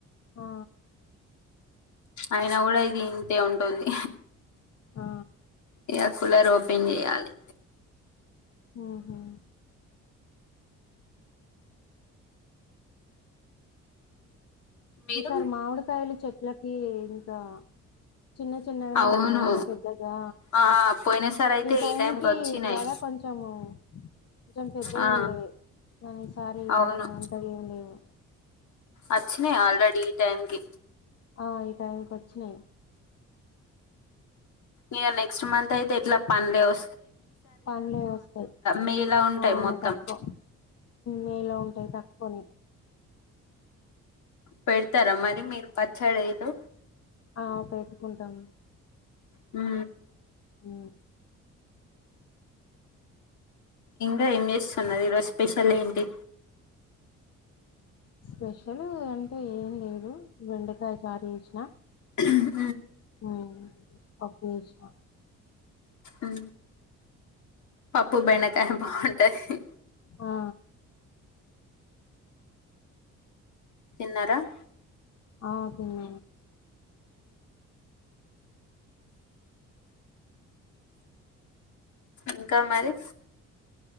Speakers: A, on the left; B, on the left.
A: ఆ
B: అయినా గుడా ఇది ఇంతె ఉంటుంది.
A: ఆ
B: ఇక కూలర్ ఓపెన్ చెయ్యాలి.
A: ఆహా
B: మీరు
A: ఈసారి మామిడికాయలు చెట్ ట్లకి ఇంకా చిన్న చిన్నగానే
B: అవును
A: ఉన్నాయి కదా పెద్దగా.
B: ఆ పోయిన సారి అయితే
A: ఈ టైంకి
B: వచ్చినాయి
A: కదా కొంచెము కొంచెం పెద్దగుండేవి
B: ఆ
A: కాని ఈసారి
B: అవును
A: ఏమి అంతగ ఏమి లేవు
B: అచ్చినాయి ఆల్రెడీ ఈ టైం కి
A: ఆ ఈ టైంకి వచ్చినయ్.
B: ఇ నెక్స్ట్ మంత్ అయితే ఎట్లా పనిలేవ్.
A: పంలే వస్తయ్,
B: మేలా ఉంటాయి
A: అవును
B: మొత్తం
A: తక్కువ నేలో తే తక్కుని
B: పెడ్తారా మరి మీరు పచ్చరెతు
A: ఆ పెట్టుకుంటం.
B: హు
A: ఉ
B: ఇంకా ఏం చేస్సున్నారు, ఈ రోజు స్పెషల్ ఏంటి.
A: స్పెషలు అంటే ఏం లేదు, బెండకాయ చారు చేస్నా
B: హుహ్
A: హు పప్పు ఏస్నా
B: ఉ పప్పు బెండకాయ బాం టహి
A: ఆ
B: తిన్నారా
A: ఆ తిన్న
B: ఇంకా మరి